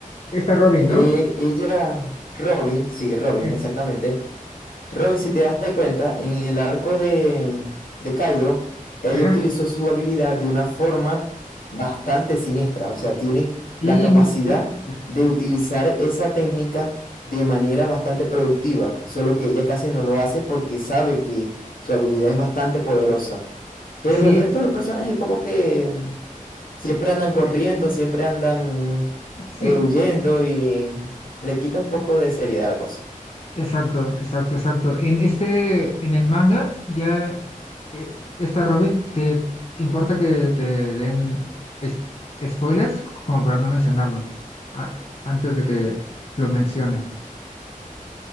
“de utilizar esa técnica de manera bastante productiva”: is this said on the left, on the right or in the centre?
Left